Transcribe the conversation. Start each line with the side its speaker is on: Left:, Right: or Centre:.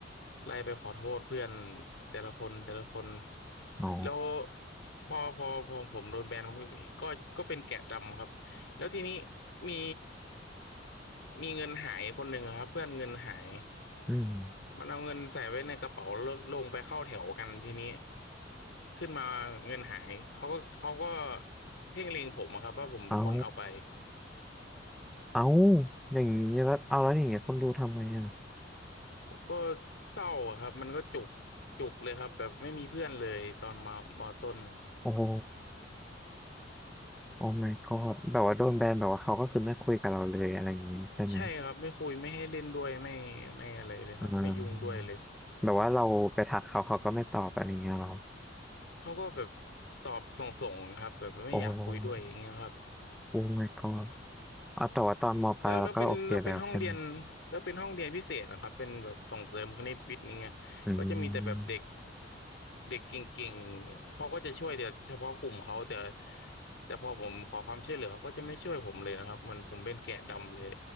Left: ไล่ไปขอโทษเพื่อนแต่ละคนแต่ละคน
Centre: อ๋อ
Left: แล้วพอพอพอผมโดนแบนผมก็ก็เป็นแกะดำครับแล้วทีนี้มีมีเงินหายคนหนึ่งอะครับเพื่อนเงินหาย
Centre: อืม
Left: มันเอาเงินใส่ไว้ในกระเป๋าแล้วลงไปเข้าแถวกันทีนี้ขึ้นมาเงินหายเขาก็เขาก็เพ่งเล็งผมอะครับว่าผมเป็นคนเอาไป
Centre: เอาเอาอย่างนี้แล้วเอาแล้วอย่างเงี้ยคนดูทำไงอ่ะ
Left: ก็เศร้าอะครับมันก็จุกจุกเลยครับแบบไม่มีเพื่อนเลยตอนมามอต้น
Centre: โอ้โห โอ้ my god แบบว่าโดนแบนแบบว่าเขาก็คือไม่คุยกับเราเลยอะไรอย่างงี้ใช่ไหม
Left: ใช่ครับไม่คุยไม่ให้เล่นด้วยไม่ไม่อะไรเลยครับไม่ยุ่งด้วยเลย
Centre: อ่าแบบว่าเราไปทักเขาเขาก็ไม่ตอบอะไรเงี้ยเหรอ
Left: เขาก็แบบตอบส่งๆครับแบบไม่อยากคุยด้วยอย่างเงี้ยครับ
Centre: โอ้โอ้ my god อ่ะแต่ว่าตอนมปลายเราก็โอเคแล้วใช่ไหม
Left: แล้วแล้วเป็นแล้วเป็นห้องเรียนแล้วเป็นห้องเรียนพิเศษนะครับเป็นแบบส่งเสริมคณิตวิทย์นี่างเงี้ก็จะมีแต่แบบเด็ก
Centre: อืม
Left: เด็กเก่งๆเขาก็จะช่วยแต่เฉพาะกลุ่มเขาแต่แต่พอผมขอความช่วยเหลือเขาก็จะไม่ช่วยผมเลยนะครับเหมือนผมเป็นแกะดำเลย